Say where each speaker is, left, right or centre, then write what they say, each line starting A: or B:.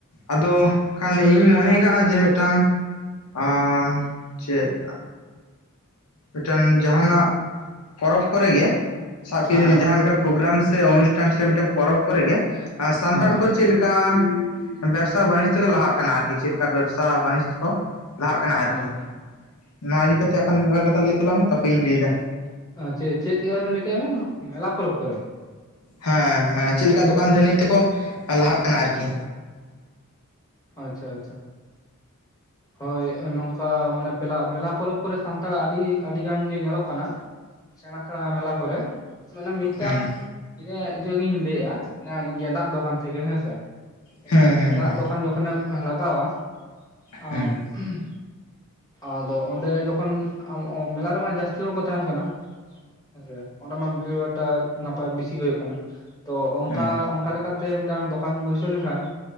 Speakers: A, on the left (about 85°); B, on the left (about 15°).
A: ᱟᱫᱚ ᱠᱷᱟᱱ ᱤᱧᱤᱧ ᱢᱚᱱᱮᱭ ᱠᱟᱜᱼᱟ ᱡᱮ ᱢᱤᱫᱴᱟᱝ ᱟ ᱪᱮᱫ᱾ ᱢᱤᱫᱴᱮᱱ ᱡᱟᱸᱦᱟᱱᱼᱟᱜ ᱯᱚᱨᱚᱵ ᱠᱚᱨᱮᱜᱤ ᱥᱟᱵ ᱠᱤᱫᱤᱧ
B: ᱦᱮᱸ
A: ᱡᱟᱦᱟᱸ ᱢᱤᱫᱴᱮᱱ ᱯᱨᱜᱨᱟᱢ ᱥᱮ ᱚᱱᱩᱥᱴᱷᱟᱱ ᱥᱮ ᱢᱤᱫᱴᱟᱝ ᱯᱚᱨᱚᱵᱽ ᱠᱚᱨᱮᱜ ᱜᱮ ᱥᱟᱱᱛᱟᱲ
B: ᱦᱮᱸ
A: ᱠᱚ ᱪᱮᱫ ᱞᱮᱠᱟ ᱪᱮᱫ ᱞᱮᱠᱟ ᱵᱮᱵᱽᱥᱟ ᱵᱟᱹᱱᱤᱡᱽ ᱛᱮᱠᱚ ᱞᱟᱦᱟᱜ ᱠᱟᱱᱟ ᱟᱨᱠᱤ ᱪᱮᱫ ᱞᱮᱠᱟ ᱵᱮᱵᱽᱥᱟ ᱵᱟᱹᱱᱤᱡᱽ ᱛᱮᱠᱚ ᱞᱟᱦᱟᱜ ᱠᱟᱱᱟ ᱟᱨᱠᱤ
B: ᱦᱮᱸ
A: ᱱᱚᱣᱟ ᱤᱫᱤ ᱠᱟᱛᱮ ᱮᱠᱷᱚᱱ ᱢᱤᱫᱵᱟᱨ ᱠᱟᱛᱷᱟ ᱞᱟᱹᱭ ᱛᱟᱞᱟᱝ ᱢᱮ? ᱛᱟᱯᱮ ᱤᱧ ᱞᱟᱹᱭ ᱮᱫᱟ᱾
B: ᱪᱮ ᱪᱮᱫ ᱪᱮᱫᱪᱤᱠᱟᱸᱭ ᱞᱟᱭ ᱠᱮᱜᱼᱟ ᱵᱤᱱ ᱢᱮᱞᱟ ᱯᱚᱨᱚᱵᱽ ᱠᱚᱨᱮ?
A: ᱦᱮᱸ ᱢᱟᱱᱮ ᱪᱮᱫ ᱞᱮᱠᱟ ᱫᱚᱠᱟᱱ ᱫᱟᱹᱱᱤ ᱛᱮᱠᱚ ᱞᱟᱦᱟᱜ ᱠᱟᱱᱟ ᱟᱨᱠᱤ?
B: ᱟᱪᱪᱷᱟ ᱟᱪᱪᱷᱟ᱾ ᱦᱳᱭ ᱱᱚᱝᱠᱟ ᱢᱟᱱᱮ ᱯᱮᱞᱟ ᱢᱮᱞᱟ ᱯᱚᱨᱚᱵᱽ ᱠᱚᱨᱮ ᱥᱟᱱᱛᱟᱲᱟᱜ ᱟᱹᱰᱤ ᱟᱹᱰᱤ ᱜᱟᱱ ᱜᱮ ᱧᱮᱞᱚᱜ ᱠᱟᱱᱟ। ᱥᱮᱸᱲᱟ ᱥᱮᱸᱲᱟ ᱢᱮᱞᱟ ᱠᱚᱨᱮ। ᱢᱟᱱᱮ ᱢᱤᱫᱴᱟᱝ
A: ᱦᱮᱸ
B: ᱠᱤᱨᱤᱧᱟᱜ ᱤᱭᱟᱹ ᱜᱤᱧ ᱞᱟᱹᱭᱮᱜᱼᱟ ᱜᱮᱸᱫᱟᱜ ᱫᱚᱠᱟᱱ ᱛᱷᱮᱠᱮ ᱦᱮᱸᱥᱮ᱾ ᱢᱤᱫᱴᱟᱝ
A: ᱦᱮᱸ ᱦᱮᱸ
B: ᱜᱮᱸᱫᱟᱜ
A: ᱦᱮᱸ
B: ᱫᱚᱠᱟᱱ ᱡᱚᱠᱷᱚᱱᱮᱢ ᱞᱟᱜᱟᱣᱟ᱾ ᱟᱢ
A: ᱦᱮᱸ
B: ᱼᱼ ᱟᱫᱚ ᱚᱸᱰᱮ ᱡᱚᱠᱷᱚᱱ ᱟᱢ ᱚᱸ ᱢᱮᱞᱟ ᱨᱮᱢᱟ ᱡᱟᱹᱥᱛᱤ ᱦᱚᱲ ᱠᱚ ᱛᱟᱦᱮᱱ ᱠᱟᱱᱟ। ᱦᱮᱸ ᱥᱮ ᱚᱸᱰᱮ ᱢᱟ ᱵᱷᱤᱲᱼᱵᱷᱟᱴᱟ ᱱᱟᱯᱟᱭ ᱵᱮᱥᱤ ᱜᱮ ᱦᱩᱭᱩᱜ ᱠᱟᱱᱟ᱾ ᱛᱚ ᱚᱱᱠᱟ
A: ᱦᱮᱸ
B: ᱚᱱᱠᱟ ᱞᱮᱠᱟ ᱼᱼ ᱛᱮ ᱢᱤᱫᱴᱟᱝ ᱫᱚᱠᱟᱱ ᱵᱟᱹᱭᱥᱟᱹᱣ ᱞᱮᱱᱠᱷᱟᱱ